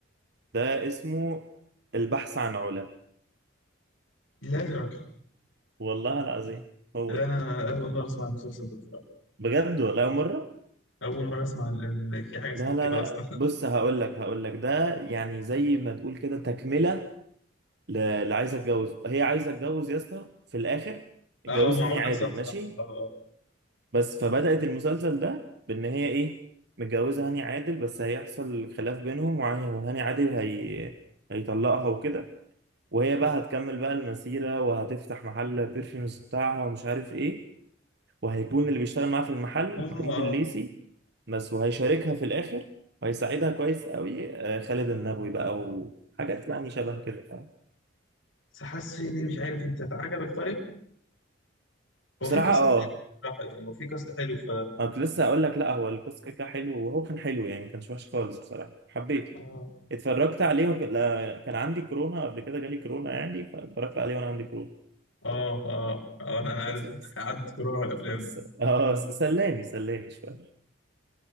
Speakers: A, on the right (about 55°); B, on the left (about 70°).
A: ده اسمه البحث عن علا
B: لا يا راجل
A: والله العظيم هو
B: لا
A: ده
B: انا اول مره اسمع المسلسل ده بصراحه
A: بجد والله أول مرة
B: اول مره اسمع ان في حاجه اسمها
A: لا لا
B: كده
A: لا
B: اصلا
A: بص هقول لك هقول لك ده يعني زي ما تقول كده تكملة ل- اللي عايزة اتجوز هي عايزة اتجوز يا اسطى في الاخر
B: <laughs> اه
A: اتجوزها
B: معونه
A: هاني عادل
B: صح صح
A: ماشي
B: اه
A: بس فبدأت المسلسل ده بإن هي إيه متجوزة هاني عادل بس هيحصل خلاف بينهم وع- وهاني عادل هي... هيطلقها وكده وهي بقى هتكمل بقى المسيرة وهتفتح محل بيرفيومز بتاعها ومش عارف إيه وهيكون اللي بيشتغل معاها في المحل
B: اه اه
A: محمود الليثي
B: آه.
A: بس وهيشاركها في الآخر وهيساعدها كويس قوي آه، خالد النبوي بقى وحاجات يعني شبه كده فاهم
B: بس حاسه يعني مش عارف انت عجبك طيب؟ هو
A: بصراحة
B: في كاست
A: اه
B: حلو بصراحه يعني هو في كاست حلو ف
A: أنا كنت لسه هقول لك لا هو القصة كده كده حلو وهو كان حلو يعني ما كانش وحش خالص بصراحة حبيته
B: اه
A: اتفرجت عليه وك... لا... كان عندي كورونا قبل كده جالي كورونا يعني فاتفرجت عليه وانا عندي كورونا
B: اه اه آه، انا عارف
A: بس...
B: <laughs> قعدت كورونا والافلام
A: بس...
B: دي
A: اه س- سلاني سلاني شويه